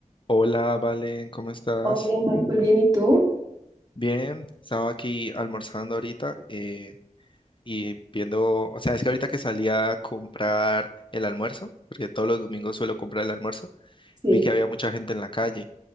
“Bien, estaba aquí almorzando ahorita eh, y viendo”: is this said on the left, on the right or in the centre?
Left